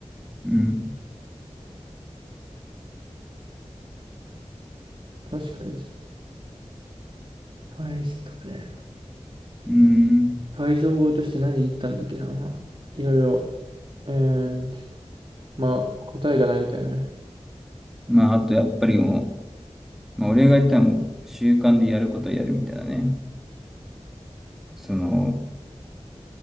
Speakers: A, in the centre; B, on the right.
A: うん。
B: 確かにです。対処とかね。
A: うーん。
B: 対処法として何言ったんだっけな。まあ、いろいろ、えーまあ、答えがないみたいなね。
A: まああとやっぱりもう、まあ俺が言ったらもう習慣でやることはやるみたいなね。その、